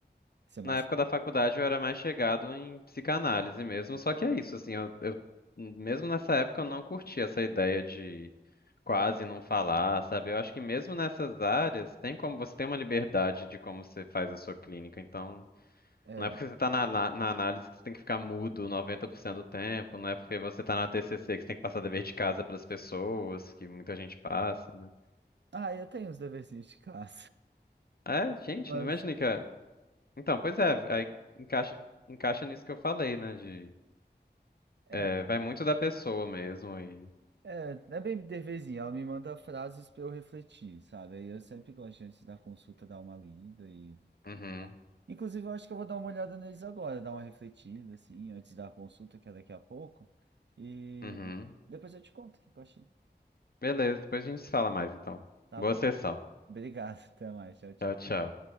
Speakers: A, on the right; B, on the left.
A: Que você mais
B: Na época
A: se identificou?
B: da faculdade eu era mais chegado em psicanálise mesmo, só que é isso, assim, eu, eu- mesmo nessa época eu não curti essa ideia de quase não falar, sabe? Eu acho que mesmo nessas áreas tem como você tem uma liberdade de como você faz a sua clínica, então
A: É.
B: Não é porque você tá na, na, na análise que você tem que ficar mudo 90% do tempo, não é porque você tá na TCC que você tem que passar dever de casa pras pessoas, que muita gente passa, né?
A: Ah, eu tenho os deverzinhos de casa.
B: É, gente,
A: <laughs>
B: não imaginei que... a- Então, pois é, aí encaixa, encaixa nisso que eu falei, né, de...
A: É,
B: É, vai muito da pessoa mesmo e...
A: é, é bem deverzinho, ela me manda frases para eu refletir, sabe? Aí eu sempre gosto antes da consulta dar uma lida e.
B: Uhum,
A: Inclusive, eu acho que eu vou dar uma olhada neles agora, dar uma refletida, assim, antes da consulta, que é daqui a pouco. E
B: uhum.
A: depois eu te conto o que eu achei.
B: Beleza, depois a gente se fala mais, então.
A: Tá
B: Boa
A: bom.
B: sessão.
A: Obrigado, <laughs> até mais. Tchau, tchau.
B: Tchau, tchau.